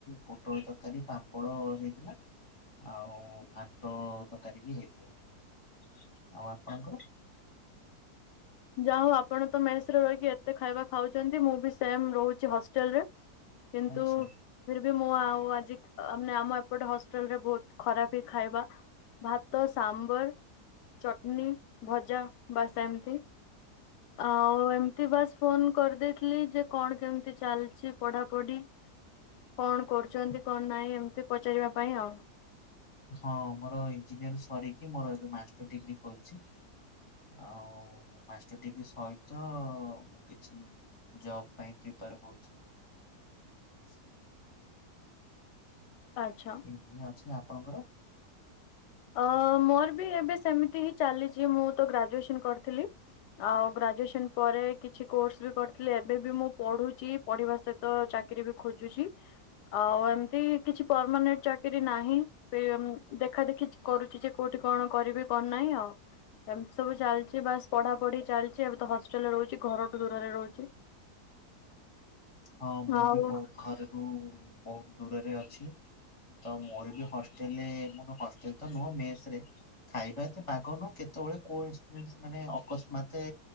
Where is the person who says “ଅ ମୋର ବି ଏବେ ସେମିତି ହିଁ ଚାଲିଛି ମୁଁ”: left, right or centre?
Left